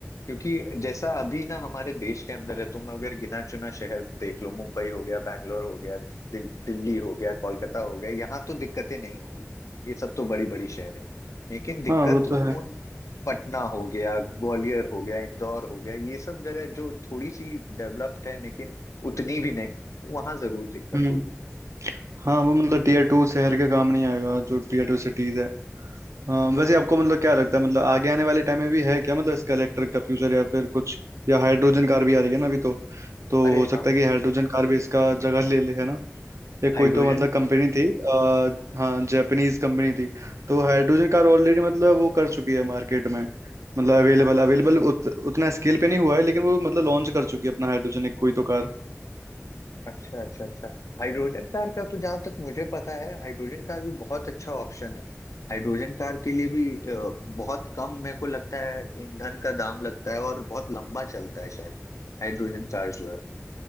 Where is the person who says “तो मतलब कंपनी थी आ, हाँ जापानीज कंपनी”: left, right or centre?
Right